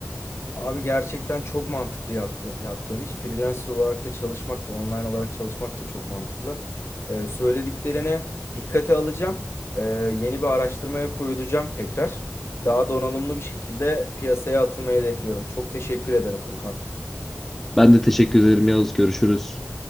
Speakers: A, on the left; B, in the centre.
A: Abi gerçekten çok mantıklı yaptı, yaptığın iş. Freelancer olarak da çalışmak da online olarak çalışmak da çok mantıklı. Ee, söylediklerine dikkate alacağım. Ee, yeni bir araştırmaya koyulacağım tekrar. Daha donanımlı bir şekilde piyasaya atılmayı hedefliyorum. Çok teşekkür ederim Furkan.
B: Ben de teşekkür ederim Yavuz. Görüşürüz.